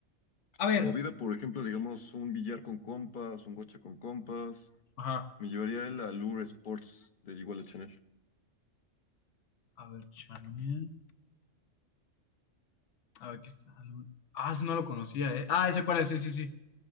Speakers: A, on the left (about 70°); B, on the left (about 45°).
A: A ver,
B: movida, por ejemplo, digamos un billar con compas, un gocha con compas,
A: Ajá.
B: me llevaría el Allure Sports de Iguala Chanel.
A: A ver, Chanel. A ver, aquí está. algo- Ah, ese no lo conocía, ¿eh? Ah, ese cuál es, sí, sí, sí.